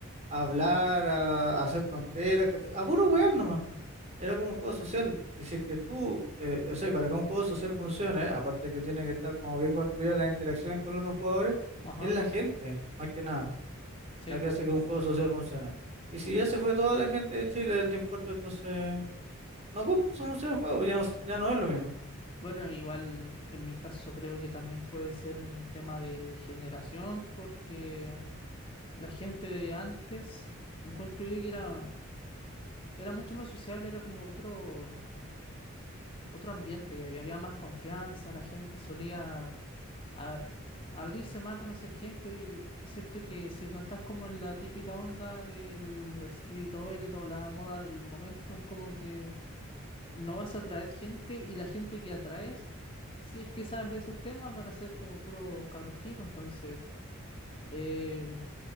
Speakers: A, on the right; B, on the left.
A: hablar, a, a hacer tonteras, ¿cachai? A puro huevear era como un juego social. Y si es que tú, eh, o sea, para que un juego social funcione, aparte que tiene que estar como bien construida las interacciones con los otros jugadores,
B: ajá.
A: es la gente, más que nada,
B: Sí,
A: la que hace que un juego social funcione. Y si ya se fue toda la gente de Chile del Team Fortress, entonces no cumple su función el juego, pues ya no, ya no es lo mismo.
B: Bueno, igual en mi caso creo que también puede ser un tema de generación, porque la gente de antes, encuentro yo que era, era mucho más sociable, era como otro, otro ambiente, y había, había más confianza, la gente solía a- abrirse más a conocer gente. Y siento que si no estás como en la típica onda del escritorio y toda la moda del momento, es como que no vas a atraer gente y la gente que atraes, si es que sabes de esos temas, van a ser como puros cabros chicos, entonces eh,